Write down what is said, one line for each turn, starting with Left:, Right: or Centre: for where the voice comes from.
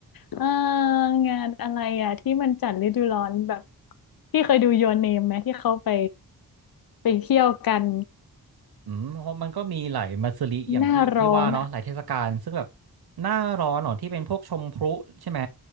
Left: เอองานอะไรอ่ะที่มันจัดฤดูร้อนแบบพี่เคยดู Your Name ไหมที่เขาไปไปเที่ยวกัน
Right: อืมเพราะมันก็มีหลายมัสริอย่างที่ที่ว่าเนาะหลายเทศกาลซึ่งแบบ
Left: หน้าร้อนอ่ะ
Right: หน้าร้อนเหรอที่เป็นพวกชมพลุใช่ไหม